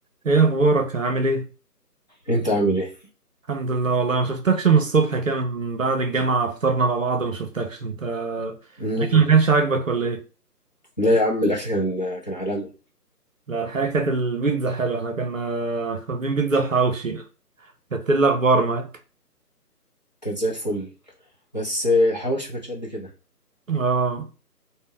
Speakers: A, on the right; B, on the left.
A: ايه اخبارك عامل ايه
B: انت عامل ايه
A: الحمد لله والله ما شفتكش من الصبح كده من بعد الجامعة فطرنا مع بعض ما شفتكش انت
B: مم.
A: الاكل ما كانش عاجبك ولا ايه
B: لا يا عم الاكل كان كان عالمي
A: لا الحقيقة كانت البيتزا حلوة احنا كنا واخدين بيتزا وحواوشي كانت إيه الاخبار معاك
B: كانت زي الفل بس الحواوشي ما كانتش قد كده
A: اه